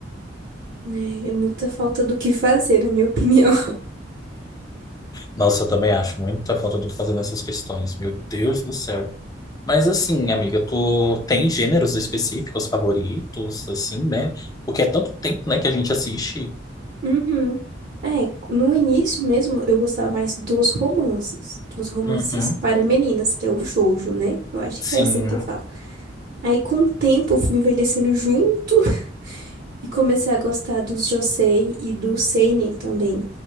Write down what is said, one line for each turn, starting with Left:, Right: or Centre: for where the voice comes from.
Right: É, é muita falta do que fazer, na minha <laughs> opinião.
Left: Nossa, eu também acho muita falta do que fazer nessas questões. Meu Deus do céu. Mas, assim, amiga, tu tem gêneros específicos favoritos, assim, né? Porque é tanto tempo, né, que a gente assiste.
Right: Uhum. É, no início mesmo eu gostava mais dos romances, dos romances
Left: Uhum.
Right: para meninas, que é o shoujo, né? Eu acho
Left: Sim.
Right: que é assim que fala. Aí com o tempo eu fui envelhecendo junto <laughs> e comecei a gostar dos josei e do seinen também.